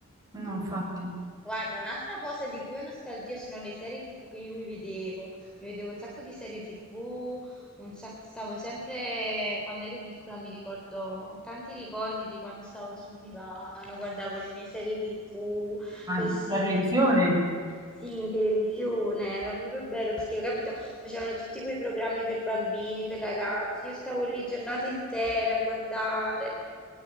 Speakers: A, on the right; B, in the centre.
A: No, infatti.
B: Guarda, un'altra cosa di cui ho nostalgia sono le serie TV che io mi vedevo. Mi vedevo un sacco di serie TV, un sac- stavo sempre, quando ero piccola mi ricordo, ho tanti ricordi di quando stavo sul divano, guardavo le mie serie TV,
A: Ma
B: così.
A: sulla televisione?
B: Sì, in televisione, era proprio bello perché ho capito, Facevano tutti quei programmi per bambini, per ragazzi. Io stavo lì giornate intere a guardare.